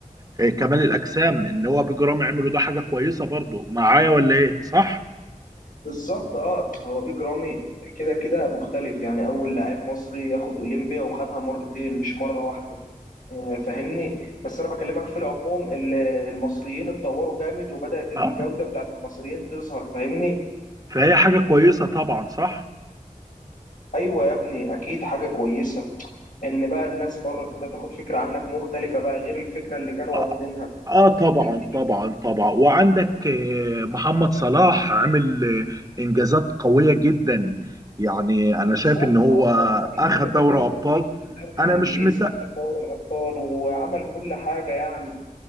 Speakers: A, on the right; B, on the left.
A: آه، كمال الأجسام إن هو بجرام عملوا ده حاجة كويسة برضو معايا ولا إيه؟ صح؟
B: بالظبط اه هو بيج رامي كده كده مختلف يعني اول لاعب مصري ياخد اولمبيا وخدها مرتين مش مره واحده آه، فاهمني بس انا بكلمك في العموم ال- المصريين اتطوروا جامد وبدات الجوده
A: آه
B: بتاعت المصريين تظهر فاهمني
A: فهي حاجة كويسة طبعا صح؟
B: ايوه يا ابني اكيد حاجه كويسه ان بقى الناس بره تبدا تاخد فكره عنك مختلفه بقى غير الفكره اللي كانوا
A: آه،
B: واخدينها
A: اه طبعا
B: انت
A: طبعا طبعا وعندك آه، محمد صلاح عمل آه، انجازات قويه جدا يعني انا
B: بالظبط
A: شايف ان هو
B: اه راجل
A: اخذ
B: من الهدافين
A: دوري
B: التاريخيين
A: ابطال
B: للدوري
A: انا
B: الانجليزي
A: مش متابع
B: وخد دوري الابطال وعمل كل حاجه يعني